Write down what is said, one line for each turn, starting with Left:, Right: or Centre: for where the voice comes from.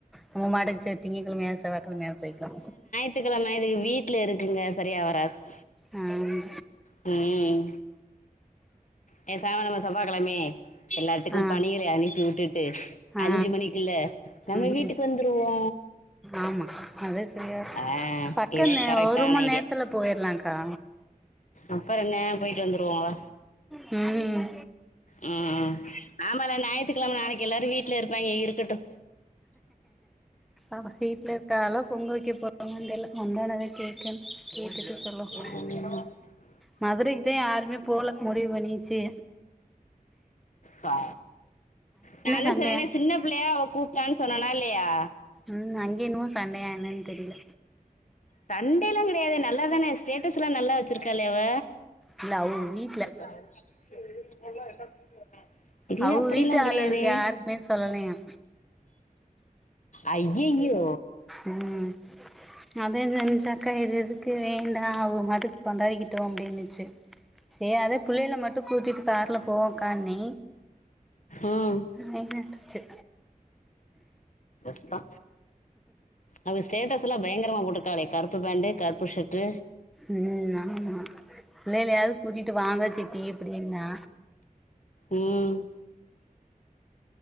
Centre: நம்ம மறச்சி திங்ககெழமையாத் செவ்வாக்கெழமையாவ்த் போய்க்லா
Left: த்துக்கெழம இதுக வீட்ல இருக்குங்க சரியா வராத்
Centre: ஆ ம்
Left: ம் பேசாம நம்ம செவ்வாக்கெழமியே எல்லாத்துக்கும்
Centre: ஆ
Left: பணிகளை அனுப்பி வுட்டுட்டு
Centre: ஆ ஆ
Left: அஞ்சி மணிக்குல்ல நம்ம
Centre: ம்
Left: வீட்டுக்கு வந்துருவோ
Centre: ஆமா அதா செரியா
Left: ஆ
Centre: பக்கந்த
Left: இதே கரெக்டான
Centre: ஒரு மண நேர்த்துல போயிர்லான்கா
Left: அப்பறென்ன போய்ட்டு வந்துருவோ வா
Centre: ம்
Left: ம் ம் ஆமால ஞாயித்துக்கிழம நாளைக்கி எல்லாரு வீட்ல இருப்பாங்ங இருக்கட்டு
Centre: அவஹ வீட்ல இருக்காஹலோ பொங்க வக்க போராங்களோ தெர்ல வந்த ஒன்னதா கேக்கன்னு கேட்டுட்டு சொல்லனு
Left: ம்
Centre: மதுரைக்குதே யாருமே போல முடிவு பண்ணிச்சி
Left: பா நா தா
Centre: சண்டையா
Left: சொன்னனே சின்ன புள்ளையா அவ கூப்ட்டான் சொன்னனா இல்லையா
Centre: ம் அங்கே என்னவோ சண்டையா என்னன்னு தெரியில
Left: சண்டேல்லாங் கெடையாதே நல்லா தானே ஸ்டேட்டஸ்ல்லா நல்லா வச்சிருக்காலே அவ
Centre: இல்ல அவுஹ வீட்ல
Left: <unintelligible> இல்ல
Centre: அவுக
Left: அப்டில்லாங்
Centre: வீட்டு
Left: கெடயாதே
Centre: ஆளுகளுக்கு யாருக்குமே சொல்லலையா
Left: அய்யயோ
Centre: ம் அதேன் சொன்னிச்சக்கா இது எதுக்கு வேண்டா அவுஹ மாட்டுக் கொண்டாடிக்கிட்டூ அப்டின்னுச்சு சே அதே புள்ளைல மட்டு கூட்டிட்டு கார்ல போவோக்கானே
Left: ம்
Centre: வேணான்ற்றிச்சு
Left: சுத்தோ அவுஹ ஸ்டேட்டஸ்ல்லா பயங்கரமா போட்ருக்காஹளே கருப்பு பேண்டு கருப்பு ஷர்ட்டு
Centre: ம் ஆமா புள்ளைலையாவ்து கூட்டிட்டு வாங்க சித்தி அப்டின்னா
Left: ம்